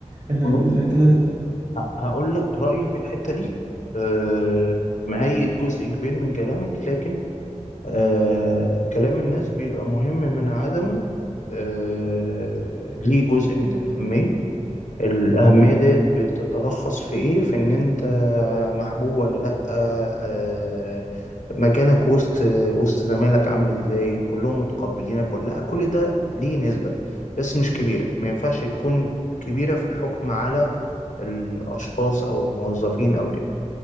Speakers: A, on the right; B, on the left.
A: اللي,
B: بص
A: اللي انت لازم
B: هقول لك رأيي في الحتة دي آه، مؤيد جزء كبير من كلامك لكن آه كلام الناس بيبقى مهم من عدمه آه ليه جزء من الأهمية الأهمية ديت بتتلخص في إيه؟ في إن أنت محبوب ولا لأ آه آه، مكانك وسط وسط زمايلك عامل إزاي كلهم متقبلينك ولا لأ كل ده ليه نسبة بس مش كبيرة ما ينفعش تكون كبيرة في الحكم على الأشخاص أو الموظفين أو كده